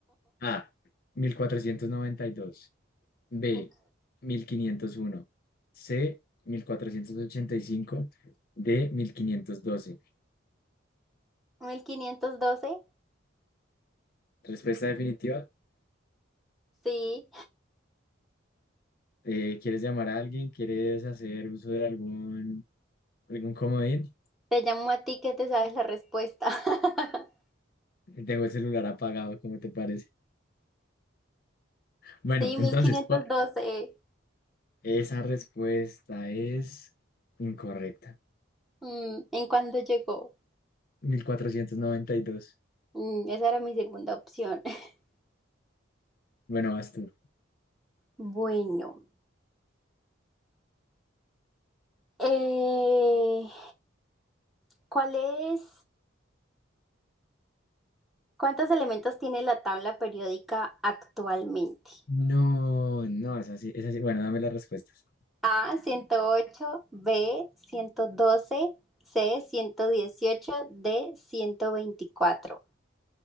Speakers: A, on the left; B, in the centre.
A: A, 1492. B,
B: <laughs>
A: 1501. C, 1485. D, 1512.
B: Mil quinientos doce,
A: Respuesta definitiva.
B: Sí,
A: Eh, ¿quieres llamar a alguien? ¿Quieres hacer uso de algún, algún comodín?
B: te llamo a ti que te sabes la respuesta. <laughs>
A: Tengo el celular apagado, ¿cómo te parece? Bueno,
B: Sí, 1512.
A: entonces, ¿cuál- esa respuesta es incorrecta.
B: Mm, ¿en cuándo llegó?
A: mil cuatrocientos noventa y dos
B: Mm, esa era mi segunda opción. <laughs>
A: Bueno, vas tú.
B: Bueno, eh, ¿cuál es, cuántos elementos tiene la tabla periódica actualmente?
A: No, no, es así, es así. Bueno, dame las respuestas.
B: A, 108. B, 112. C, 118. D, 124.